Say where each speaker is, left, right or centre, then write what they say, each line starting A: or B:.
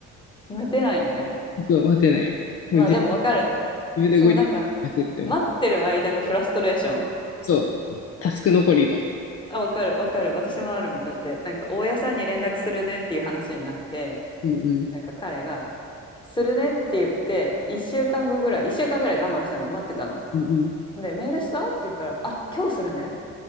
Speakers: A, on the left (about 15°); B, on the left (about 50°).
A: 待てないんだね。
B: そう、待てない。もう自分、
A: まあでもわかる。
B: 自分で動いてなくって思って。
A: そのなんか、待ってる間のフラストレーション。
B: そう。タスク残りの。
A: あ、わかるわかる。私もあるもんだって、なんか大家さんに連絡するねっていう話になって、
B: うんうん。
A: なんか彼が、するねって言って、1週間後ぐらい、1週間ぐらい我慢したの、待ってたの。
B: うんうん。
A: で、メールしたって言ったら、あ、今日するね。